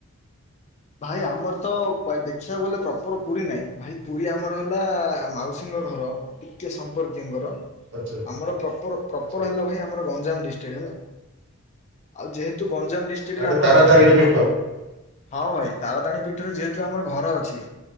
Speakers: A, on the left; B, on the right.
A: ଭାଇ ଆମର ତ ଦେଖିଆକୁ ଗଲେ ପ୍ରପର୍ ପୁରୀ ନାଇଁ ଭାଇ ପୁରୀ ଆମର ହେଲା ମାଉସୀଙ୍କ ଘର ଟିକେ ସମ୍ପକୀୟଙ୍କର
B: ଆଚ୍ଛା
A: ଆମର ପ୍ରପର୍ ପ୍ରପର୍
B: ଆଚ୍ଛା
A: ହେଲା ଭାଇ ଆ ମର ଗଞାମ ଡିଷ୍ଟିଡି୍ ହେଲା ଆଉ ଯେ ହେତୁ ଗଞ୍ଜାମ ଡିଷ୍ଟିଡି୍
B: ମାନେ
A: ରେ ଆମର
B: ତାରା ତାରିଣୀ ପୀଠ
A: ଘ ହଁ ଭାଇ ତାରା ତାରିଣୀ ପୀଠରେ ଯେହେତୁ ଆମର ଘର ଅଛି